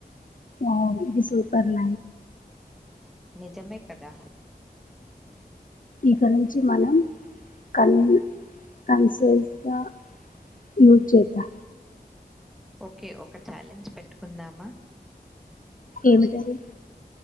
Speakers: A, on the left; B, in the centre.
A: ఓ ఇది సూపర్ల
B: నిజమే కదా
A: ఇక నుంచి మనం కన్ కన్సెల్ఫ్ గా యూజ్ చేద్దా
B: ఓకే ఒక ఛాలెంజ్ పెట్టుకుందామా
A: ఏమిటది